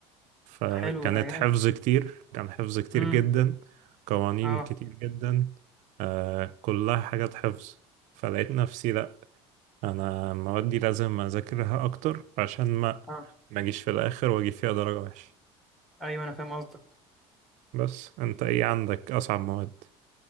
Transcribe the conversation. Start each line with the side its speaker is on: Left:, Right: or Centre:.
Right: فكانت
Centre: حلو ده جامد
Right: حفظ كتير كان حفظ كتير
Centre: امم
Right: جدا قوانين
Centre: اه
Right: كتير جدا آه كلها حاجات حفظ فلقيت نفسي لأ انا المواد دي لازم اذاكرها اكتر عشان ما
Centre: اه
Right: ما اجيش في الاخر واجي فيها درجة وحشة
Centre: ايوه انا فاهم قصدك
Right: بس انت ايه عندك اصعب مواد